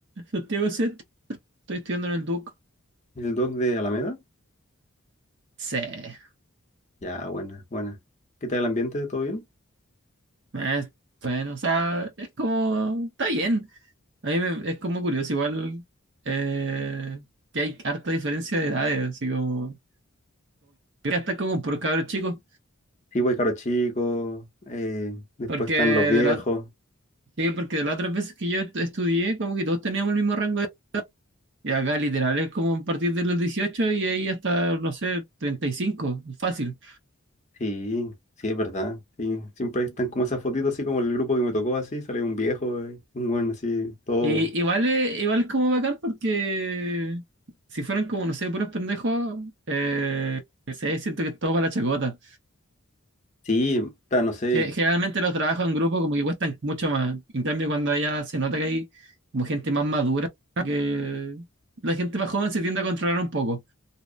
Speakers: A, on the right; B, on the left.
A: Santiago Set, estoy estudiando en el Duoc.
B: ¿El doc de Alameda?
A: Sí,
B: Ya, buena, buena. ¿Qué tal el ambiente? ¿Todo bien?
A: es bueno, o sea, es como, está bien, A mí me- es como curioso, igual eh, que hay harta diferencia de edades, así como... Yo voy a estar como puros cabros chicos,
B: Sí, voy caro chico. eh, después
A: porque
B: están
A: de
B: los viejos.
A: la, sí, porque de las otras veces que yo est- estudié, como que todos teníamos el mismo rango de edad. Y acá literal es como a partir de los 18 y ahí hasta, no sé, 35 fácil.
B: Sí, sí, es verdad. Sí, siempre están como esas fotitos así como el grupo que me tocó así. Sale un viejo, eh, un buen así, todo.
A: Y, igual, es, igual es como bacán porque si fueran como, no sé, puros pendejos, eh, no sé, siento que es todo para la chacota.
B: Sí, ta, no sé.
A: Ge- Generalmente los trabajos en grupo como que cuestan mucho más. En cambio, cuando allá se nota que hay como gente más madura, que la gente más joven se tiende a controlar un poco.